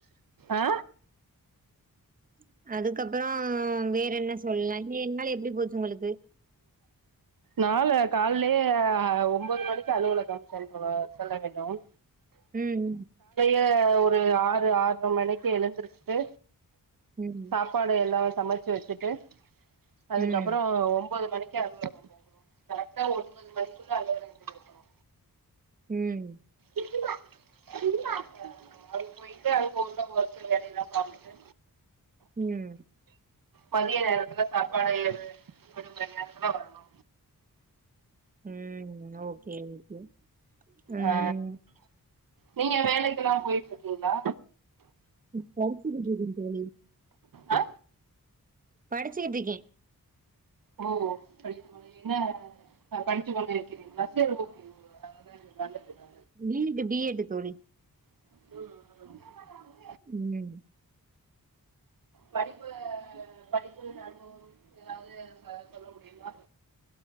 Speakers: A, on the right; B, on the right.
A: ஆ
B: அது அதுக்கப்புறம் வேற என்ன சொல்ல ஏழு நாள் எப்படி போச்சு உங்களுக்கு து
A: நால கால் ப்ளே ஒன்பது மணிக்கு அலுவலகம் செல் செல்ல வேண்டும்
B: உம்
A: அது ஒரு ஆறு ஆற்அற மணிக்கு எழுந்திருக்சுட்டு
B: ம்
A: சாப்பாடு எல்லாம் சமச்சு வச்சுட்டு அதுக்கப்புறம்
B: ம்
A: ஒன்பது மணி கரெக்டா ஒரு ஒன்பது மணிக்குள்ள அலுவலகதுல இருக்கனு
B: ம்ஹ்
A: <unintelligible> வொர்க்கு வேலலா பாதிட்டு
B: ம்
A: மதிய நேரத்துல சாப்பாடு இது கொடுக்குற நேரத்துல வரணோ
B: ம் ஓகே ஓகே ம்.
A: ஆ நீங்க வேலைக் க்கலா போயிட்ருக்கீங்களா
B: படிச்சிட்டு இருக்க தோழி
A: ஆ
B: படிச்சுக்கிட்டு இருக்கேன்.
A: ஓ <unintelligible> என்ன படிச்சுக் கொண்ட இருக்கிறீங்களா சரி ஓகே நல்லது நல்லது
B: பி ஏட் பி ஏடு தோழி
A: ம்
B: ம்.
A: படிப்பு படிப்பு <unintelligible> ஏதாவது சொல்ல முடியுமா